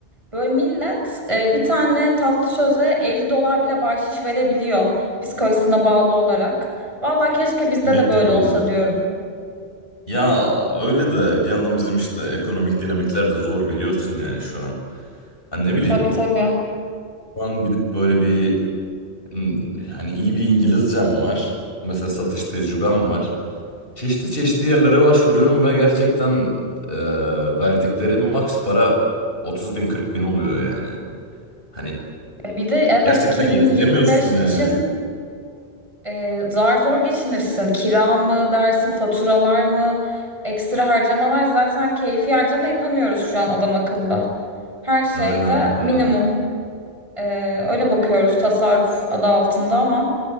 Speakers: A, on the right (about 30°); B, on the left (about 60°).
A: Böyle millet e, bir tane tatlı söze 50 dolar bile bahşiş verebiliyor psikolojisine bağlı olarak. Vallahi keşke bizde
B: Evet
A: de böyle
B: tabii
A: olsa
B: ya.
A: diyorum.
B: Ya öyle de bir yandan bizim işte ekonomik dinamikler de zor biliyorsun yani şu an. Hani ne bileyim
A: Tabii tabii.
B: şu an gidip böyle bir hmm, hani iyi bir İngilizcem var. Mesela satış tecrübem var. Çeşitli çeşitli yerlere başvuruyorum ve gerçekten e, verdikleri maks para 30 bin 40 bin oluyor yani. Hani
A: Bir de evet
B: gerçekten
A: 2025
B: yetiremiyorsun
A: için
B: yani.
A: e, zar zor geçinirsin. Kira mı dersin, faturalar mı, ekstra harcamalar zaten keyfi harcama yapamıyoruz şu an adam akıllı. Her şey
B: Aynen
A: de
B: aynen.
A: minimum. Ee, öyle bakıyoruz tasarruf adı altında ama